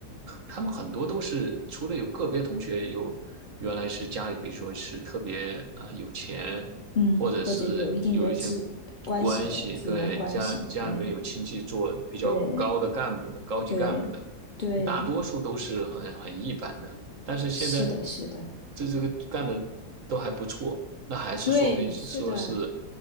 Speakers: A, on the right; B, on the left.
A: 他们很多都是，除了有个别同学有原来是家里，比如说是特别啊、呃有钱，
B: 嗯，
A: 或者是有一些
B: 或者有一定的资关系的资源关系，
A: 关系，对，家家里面有亲戚做比较高的干部的高级干部的，
B: 对对对对，
A: 大多数都是很很一般的。但是现在
B: 是的，是的，
A: 这这个干的都还不错，那还是说明是说是
B: 对，是的，